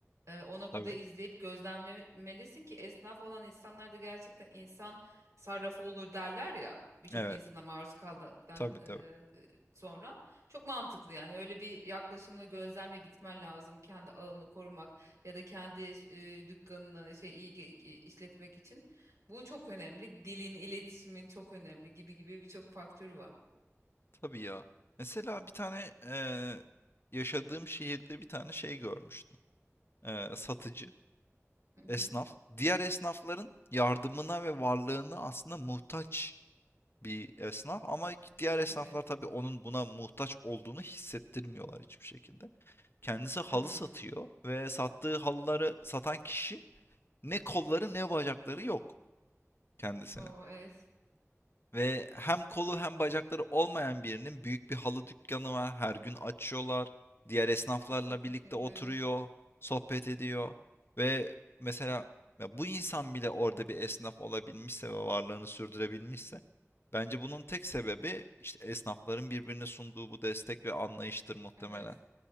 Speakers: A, on the right; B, on the left.
A: Eee, o noktada
B: Tabii.
A: izleyip gözlemlemelisin ki esnaf olan insanlar da gerçekten insan sarrafı olur derler ya. Birçok
B: Evet.
A: insana maruz kaldıktan
B: Tabii
A: eee,
B: tabii.
A: sonra. Çok mantıklı yani. Öyle bir yaklaşımla gözlemle gitmen lazım. Kendi alanını korumak ya da kendi eee, dükkanını şey iyi ge- işletmek için. Bu çok önemli. Dilin, iletişimin çok önemli gibi gibi birçok faktörü var.
B: Tabii ya. Mesela bir tane eee, yaşadığım şehirde bir tane şey görmüştüm. Eee, satıcı,
A: Hı hı.
B: esnaf. Diğer esnafların yardımına ve varlığına aslında muhtaç bir esnaf ama diğer esnaflar
A: Evet.
B: tabii onun buna muhtaç olduğunu hissettirmiyorlar hiçbir şekilde. Kendisi halı
A: Hmm.
B: satıyor ve sattığı halıları satan kişi ne kolları ne bacakları yok kendisine.
A: O evet.
B: Ve hem kolu hem bacakları olmayan birinin büyük bir halı dükkanı var. Her gün açıyorlar. Diğer esnaflarla
A: Çok
B: birlikte
A: ilginç.
B: oturuyor,
A: Evet.
B: sohbet ediyor ve mesela ya bu insan bile orada bir esnaf olabilmişse ve varlığını sürdürebilmişse bence bunun tek sebebi işte esnafların birbirine sunduğu bu destek ve anlayıştır muhtemelen.
A: Evet.